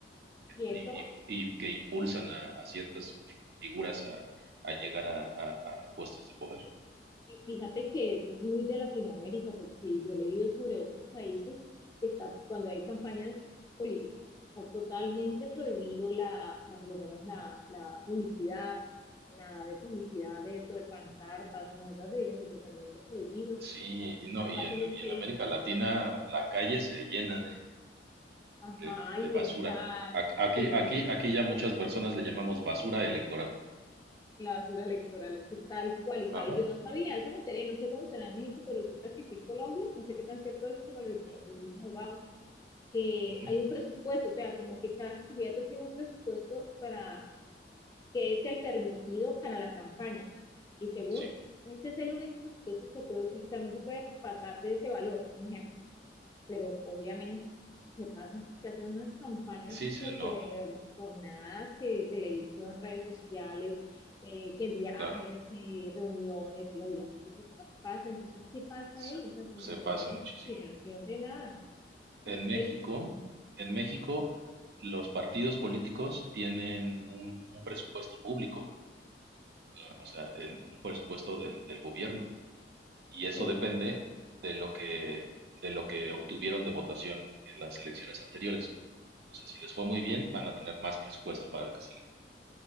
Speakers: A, on the left; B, on the right.
A: y
B: y-
A: eso
B: y- y que impulsan a, a ciertas figuras a, a llegar a, a- a puestos de poder.
A: Y fíjate que eso es muy de Latinoamérica, porque yo he leído sobre otros países que está, cuando hay campañas políticas, está totalmente prohibido la, la- por lo menos la, la publicidad, nada de publicidad de eso, de pancartas, nada de eso, totalmente prohibido.
B: Sí, y no,
A: Caso
B: y en,
A: muy diferente.
B: y en América Latina la calle se llena de,
A: Ajá,
B: de-
A: y
B: de basura.
A: el CAR,
B: A- Aquí,
A: y la
B: aquí,
A: gente,
B: aquí ya muchas personas le llamamos basura electoral.
A: la basura electoral es que es tal cual, y sabe,
B: Ajá,
A: yo no sabía, eso me enteré, no sé cómo será en México, pero resulta que aquí en Colombia, no sé qué tan cierto es, eso me lo dijo un abogado que
B: ujú,
A: hay un presupuesto, o sea, como que cada candidato tiene un presupuesto para que es el permitido para la campaña. Y según,
B: sí,
A: este es el único presupuesto que puede utilizar, no se puede pasar de ese valor, un ejemplo, pero obviamente se pasan porque hacen unas campañas
B: sí se
A: súper
B: nota,
A: sonadas que televisión, redes sociales, eh, que viajes,
B: claro,
A: que reuniones, y obviamente eso se pasa. Entonces, ¿qué pasa
B: se,
A: ahí? O sea, como
B: se
A: que
B: pasa
A: no hay una
B: muchísimo.
A: investigación de nada.
B: En México,
A: Eh,
B: en México, los partidos políticos tienen un, un presupuesto público, eh, o sea, el- un presupuesto del del gobierno. y eso
A: sí,
B: depende de lo que, de lo que obtuvieron de votación en las elecciones anteriores. O sea, si les fue muy bien, van a tener más presupuesto para el que sigue.